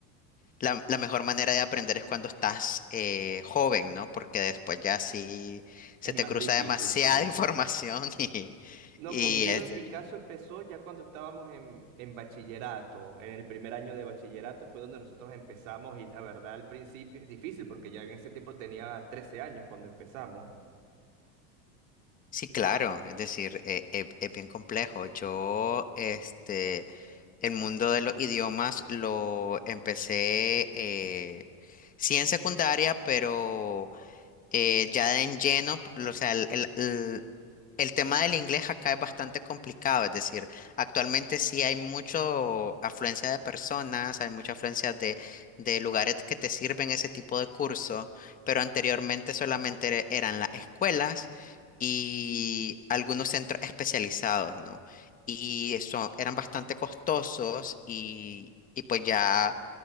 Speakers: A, on the left; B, on the right.
A: la, la mejor manera de aprender es cuando estás eh, joven, ¿no? Porque después ya sí
B: Es
A: se te
B: más
A: cruza
B: difícil,
A: demasiada
B: sí.
A: <laughs> información y,
B: No,
A: y
B: conmigo
A: este,
B: en mi caso empezó ya cuando estábamos en, en bachillerato. En el primer año de bachillerato fue donde nosotros empezamos y la verdad al principio es difícil porque ya en ese tiempo tenía 13 años cuando empezamos.
A: sí, claro, es decir, eh, eh, es bien complejo. Yo, este, el mundo de los idiomas lo empecé, eh, sí en secundaria, pero eh, ya en lleno, o sea, el, el- El tema del inglés acá es bastante complicado, es decir, actualmente sí hay mucha afluencia de personas, hay mucha afluencia de, de lugares que te sirven ese tipo de curso, pero anteriormente solamente era- eran las escuelas y algunos centros especializados, ¿no? Y eso eran bastante costosos y, y pues ya